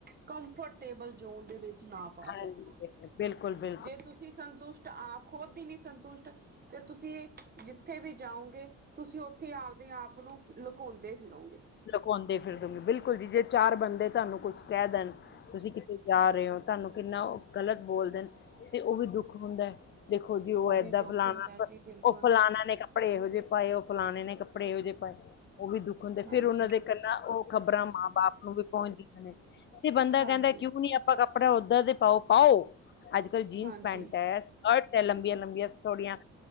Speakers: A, on the right; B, on the left.
A: ਕੰਫ੍ਰਟੇਬਲ ਜ਼ੋਨ ਦੇ ਵਿੱਚ ਨਾ ਪਾ
B: ਹਾਂਜੀ
A: ਸਕੋ।
B: ਬਿਲਕੁਲ- ਬਿਲਕਲ।
A: ਜੇ ਤੁਸੀਂ ਸੰਤੁਸ਼ਟ ਆ, ਖੁਦ ਈ ਨੀ ਸੰਤੁਸ਼ਟ ਫਿਰ ਤੁਸੀਂ ਜਿੱਥੇ ਵੀ ਜਾਂਓਗੇ, ਤੁਸੀਂ ਉੱਥੇ ਆਪਦੇ ਆਪ ਨੂੰ ਲੁਕਾਉਂਦੇ ਫਿਰੋਂਗੇ।
B: ਲੁਕਾਉਂਦੇ ਫਿਰਦੇ ਗੇ ਬਿਲਕੁਲ ਜੀ ਜੇ ਚਾਰ ਬੰਦੇਂ ਤੁਹਾਨੂੰ ਕੁਛ ਕਹਿ ਦੇਣ? ਤੁਸੀਂ ਕਿਤੇ ਜਾ ਰ‌ਏ ਓ ਤ੍ਹ‌ਾਨੂੰ ਕਿੰਨਾ ਓ, ਗ਼ਲਤ ਬੋਲ ਦੇਨ ਤੇ ਉਹ ਵੀ ਦੁੱਖ ਹੁੰਦਾ ਐ। ਦੇਖੋ ਜੀ ਉਹ ਏਦਾਂ
A: ਵੀ ਦੁੱਖ
B: ਫਲਾਣਾ,
A: ਹੁੰਦਾ ਜੀ ਬਿਲਕੁਲ
B: ਉਹ ਫਲਾਣਾ ਨੇ ਕੱਪੜੇ ਇਹੋ ਜੇ ਪਾਏ ਉਹ ਫਲਾਣੇ ਨੇ ਕੱਪੜੇ ਇਹੋ ਜ‌ੇ ਪਾਏ। ਉਹ ਵੀ ਦੁੱਖੁ
A: ਹਾਂਜੀ
B: ਫੇਿਰ ਉਹਨਾਂ ਦੇ ਕੰਨਾ, ਉਹ ਖ਼ਬਰਾਂ ਮਾਂ ਬਾਪ ਨੂੰ ਵੀ ਪਹੁੰਚਦੀਆਂ ਨੇ ਤੇ ਬੰਦਾ
A: ਹਾਂਜੀ
B: ਕਹਿੰਦਾ ਕਿਉਂ ਨੀ ਆਪਾਂ ਕੱਪੜੇ ਉੱਧਰ ਦੇ ਪਾਓ-ਪਾਓ, ਅੱਜ-ਕੱਲ ਜੀਨਸ
A: ਹਾਂਜੀ
B: ਪੈਂਟ ਐ। ਅਰਥ ਐ ਲੰਬੀਆਂ ਲੰਬੀਆਂ ਥੋੜੀਆਂ